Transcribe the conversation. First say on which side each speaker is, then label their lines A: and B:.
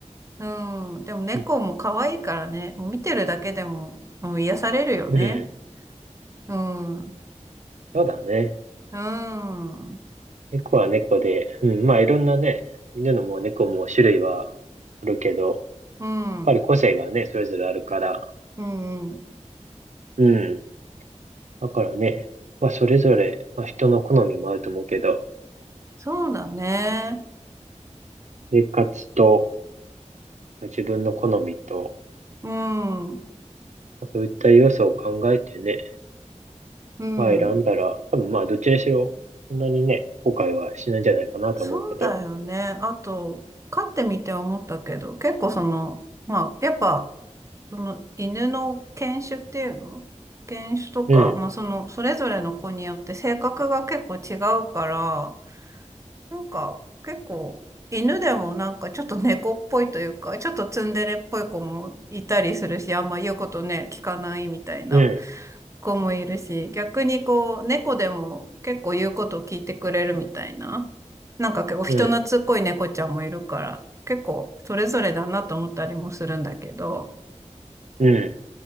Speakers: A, on the right; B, on the right.
A: うん、でも猫も可愛いからね、
B: うん。
A: 見てるだけでも、もう癒されるよね。
B: うん
A: うん、う
B: そうだね。
A: ん、うん、
B: 猫は猫で、うん。まあ、いろんなね、犬のも猫も種類はあるけど、やっ
A: うん、
B: ぱり個性がね、それぞれあるから、
A: うん。
B: うん。だからね、まあ、それぞれ、まあ、人の好みもあると思うけど、
A: そうだね。
B: 生活と、まあ、自分の好みと、
A: うん。
B: まあそういった要素を考えてね、
A: うん。
B: まあ、選んだら、多分まあ、どっちにしろ、そんなにね、後悔はしないんじゃないかなと思うけど、
A: そうだよね。あと、飼ってみて思ったけど、結構その、まあ、やっぱ、その犬の犬種っていうの犬種とか、
B: うん、
A: まあその、それぞれの子によって性格が結構違うから、なんか、結構、犬でもなんかちょっと猫っぽいというか、ちょっとツンデレっぽい子もいたりするし、あんま言うことね、聞かないみたいな
B: うん、
A: 子もいるし、逆にこう、猫でも結構言うことを聞いてくれるみたいな、なんか結構人懐っこい猫ちゃんもいるから、
B: うん、
A: 結構それぞれだなと思ったりもするんだけど、
B: うん。